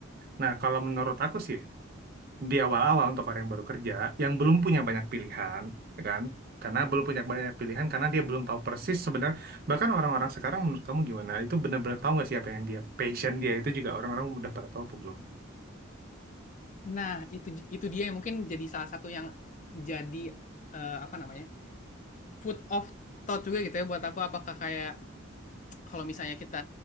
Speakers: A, on the right; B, on the left.
A: Nah, kalau menurut aku sih di awal-awal untuk orang yang baru kerja yang belum punya banyak pilihan, ya kan? Karena belum punya banyak pilihan karena dia belum tahu persis sebenarnya bahkan orang-orang sekarang menurut kamu gimana? Itu benar-benar tahu nggak sih apa yang dia passion dia itu juga orang-orang udah pada tahu apa belum?
B: Nah, itu itu dia yang mungkin jadi salah satu yang jadi eh, apa namanya? Food of thought juga gitu ya buat aku apakah kayak kalau misalnya kita